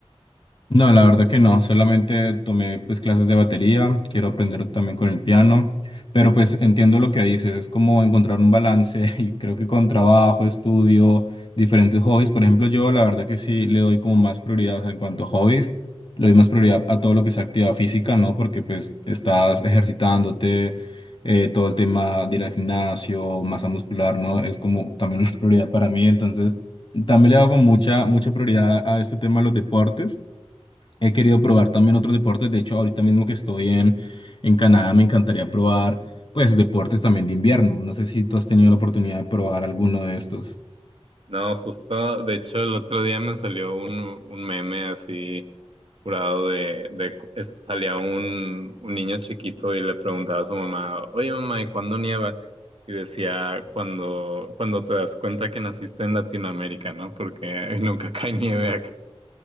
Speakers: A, on the left; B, on the right.
A: No, la verdad que no, solamente tomé pues clases de batería, quiero aprender también con el piano, pero pues entiendo lo que dices, es como encontrar un balance <laughs> y creo que con trabajo, estudio, diferentes hobbies, por ejemplo, yo la verdad que sí le doy como más prioridad, o sea, en cuanto a hobbies, le doy más prioridad a todo lo que es actividad física, ¿no? Porque pues estás ejercitándote, eh, todo el tema de ir al gimnasio, masa muscular, ¿no? Es como también <laughs> una prioridad para mí, entonces también le hago mucha, mucha prioridad a este tema de los deportes. He querido probar también otros deportes. De hecho, ahorita mismo que estoy en, en Canadá, me encantaría probar, pues, deportes también de invierno. No sé si tú has tenido la oportunidad de probar alguno de estos.
B: No, justo, de hecho, el otro día me salió un, un meme así curado de, de cu- es- salía un, un niño chiquito y le preguntaba a su mamá, oye mamá, ¿y cuándo nieva? Y decía, cuando, cuando te das cuenta que naciste en Latinoamérica, ¿no? Porque <laughs> nunca cae nieve